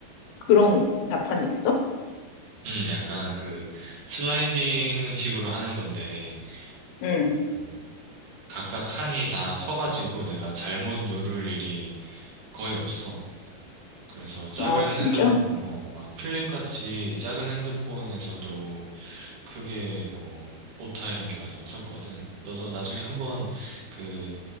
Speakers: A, on the left; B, on the right.
A: 그런 자판이 있어?
B: 음, 약간 그 슬라이딩 식으로 하는 건데,
A: 응.
B: 그 각각 칸이 다 커가지고 내가 잘못 누를 일이 거의 없어. 그래서 작은
A: 아, 진짜?
B: 핸드폰, 어, 막 플립 같이 작은 핸드폰에서도 크게 뭐 오타 이런 게 많이 없었거든. 너도 나중에 한번 그